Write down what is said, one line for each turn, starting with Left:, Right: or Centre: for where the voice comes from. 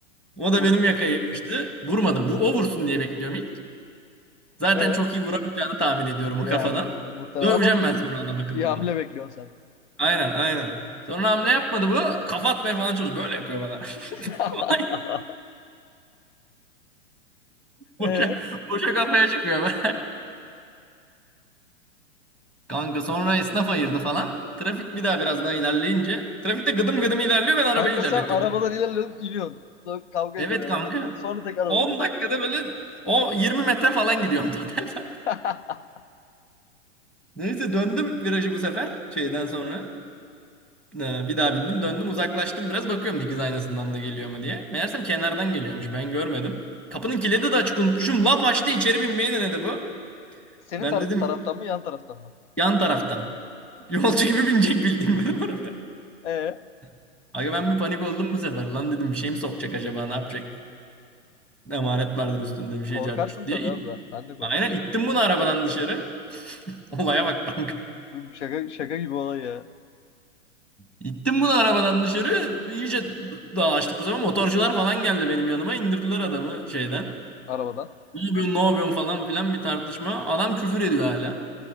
Centre: O da
Left: vurdu
Centre: benim yakaya
Left: mu?
Centre: yapıştı. Vurmadım. Bu o vursun diye bekliyorum ilk. Zaten
Left: E
Centre: çok iyi vuramayacağını tahmin ediyorum
Left: yani
Centre: o kafadan.
Left: o muhtemelen
Centre: Döveceğim
Left: ama
Centre: ben sonra adam akıllı
Left: bir hamle
Centre: bunu.
Left: bekliyorsun
Centre: Aynen aynen. Sonra hamle yapmadı bu. Kafa atmaya falan çalışıyor. Böyle yapıyor bana.
Left: sen.
Centre: <laughs>
Left: <laughs>
Centre: Vay, Boşa,
Left: E
Centre: boşa kafaya çıkıyor. <laughs> Kanka sonra esnaf ayırdı falan. Trafik bir daha biraz daha ilerleyince. Trafikte gıdım gıdım ilerliyor ben arabayı
Left: kanka
Centre: ilerletiyorum.
Left: sen arabadan ilerliyorsun, iniyorsun. Kavga
Centre: Evet
Left: ediyorsun
Centre: kanka.
Left: elemandan. Sonra tekrar arabaya
Centre: 10
Left: bin.
Centre: dakikada böyle o 20 metre falan gidiyorum total. zaten.
Left: <laughs>
Centre: <laughs> Neyse döndüm virajı bu sefer şeyden sonra. Ee, Bir daha bindim döndüm uzaklaştım biraz bakıyorum dikiz aynasından da geliyor mu diye. Meğersem kenardan geliyormuş ben görmedim. Kapının kilidi de açık unutmuşum. Lap açtı içeri binmeyi denedi bu.
Left: Senin
Centre: Ben
Left: tar-
Centre: dedim
Left: taraftan mı yan taraftan mı?
Centre: yan taraftan. <laughs> Yolcu gibi binecek bildiğim benim arabaya.
Left: E
Centre: <laughs> Aga ben bir panik oldum bu sefer. Lan dedim bir şey mi sokacak acaba ne yapacak? Emanet vardır üstünde bir şey
Left: korkarsın
Centre: cart curt diye.
Left: tabii
Centre: İt-
Left: abi ben. Ben de korkarım.
Centre: Aynen ittim bunu arabadan dışarı. <laughs> Olaya bak kanka.
Left: Şaka, şaka gibi olay ya
Centre: İttim bunu arabadan dışarı. İyice dağlaştık bu sefer. Motorcular falan geldi benim yanıma. indirdiler adamı şeyden.
Left: arabadan.
Centre: Ne yapıyorsun, ne yapıyorsun falan filan bir tartışma. Adam küfür ediyor hala.